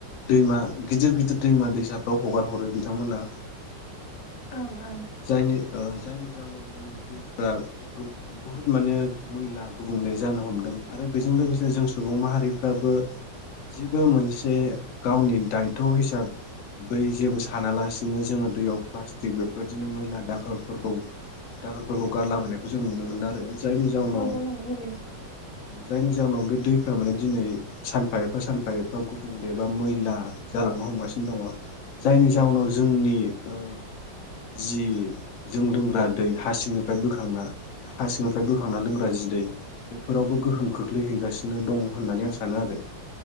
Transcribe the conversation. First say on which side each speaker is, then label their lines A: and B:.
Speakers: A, on the left; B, on the left.
A: दैमा गिदिर गिदिर दैमा दैसाफ्राव हगार हरो बिथांमोना
B: ओं ओं
A: जायनि ओ जायनि जाहोनाव दिनै दैफोरा गु बुहुत माने मैला गुबुंले जानो हमदों आरो बेजों लोगोसे जों सुबुं माहारिफ्राबो जेबो मोनसे गावनि दायथ' हिसा बै जेबो सा नालासिनो जोङो दैयाव प्लास्टिक बेफोरबायदिनो मैला दाखोरफोरखौ दाखोरफोरखौ गारलाबायनायखौ जों नुनो मोनो आरो जायनि जाउनाव
B: नंगौ
A: ओ
B: नंगौ नंगौ
A: जायनि जाउनाव बे दै फ्रा माने दिनै सानफा एफा सानफा एफा गुबुंले बा मैला जालांनो हमगासिनो दङ जायनि जाउनाव जोंनि ओ जि जों लोंग्रा दै हासिंनिफ्राय बोखांना हासिंनिफ्राय बोखांना लोंग्रा जि दै बेफोरावबो गोहोम खोख्लैहैगासिनो दं होननानै आं सानो आरो।